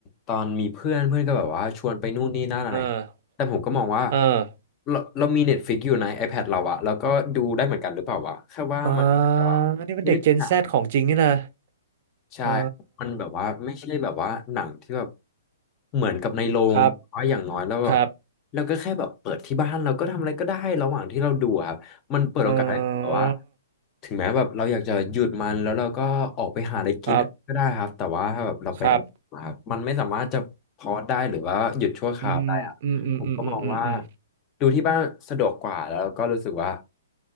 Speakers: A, on the left; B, on the right.
A: ตอนมีเพื่อนเพื่อนก็แบบว่าชวนไปนู่นนี่นั่นอะไร
B: เออ
A: แต่ผมก็มองว่า
B: เออ
A: เราเรามีเน็ตฟิกอยู่ใน iPad เราอะแล้วก็ดูได้เหมือนกันหรือเปล่าวะแค่ว่ามันแบบว่าไม่ได้เป็นหนัง
B: อ่านี่มันเด็ก Gen Z ของจริงนี่นะ
A: ใช่
B: เออ
A: มันแบบว่าไม่ใช่แบบว่าหนังที่แบบเหมือนกับในโรงแต่ว่าอย่างน้อยแล้วแบบ
B: ครับครับ
A: เราก็แค่แบบเปิดที่บ้านเราก็ทำอะไรก็ได้ระหว่างที่เราดูอะครับมันเปิดโอกาสให้แบบว่า
B: เออ
A: ถึงแม้แบบเราอยากจะหยุดมันแล้วเราก็ออกไปหาอะไรกินก็ได้ครับแต่ว่าถ้าแบบเราไปใน
B: ครับครับ
A: ครับมันไม่สามารถจะพอได้หรือว่าหยุดชั่วคราวได้ครับผมก็มองว่า
B: อืมอืมอืมอืมอืมอืมอืม
A: ดูที่บ้านสะดวกกว่าแล้วก็รู้สึกว่า